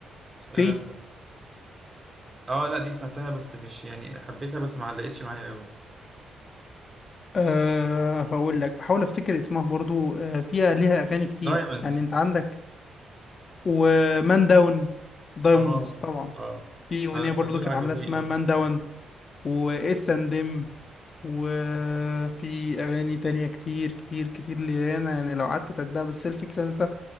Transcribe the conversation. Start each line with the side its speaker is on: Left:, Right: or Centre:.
Left: ستي
Right: آه, آه لا دي سمعتها بس مش يعني حبيتها بس ما علقتش معايا أوي
Left: أه هقول لك بحاول افتكر اسمها برضو أه فيها ليها اغاني كتير
Right: دايموندز
Left: يعني انت عندك ومان داون دايموندز
Right: آه
Left: طبعا
Right: آه
Left: في أغنية
Right: ف- فدول
Left: برضو كانت
Right: عجبوني
Left: عاملاها اسمها
Right: أوي
Left: مان
Right: بصراحة
Left: داون وإس أند إم وفي أغاني تانية كتير كتير كتير لريانا يعني لو قعدت تعدها بس الفكرة إن أنت